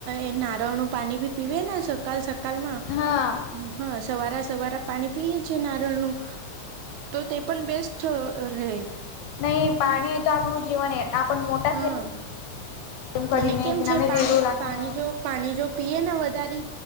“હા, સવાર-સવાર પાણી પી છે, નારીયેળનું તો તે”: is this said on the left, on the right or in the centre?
Right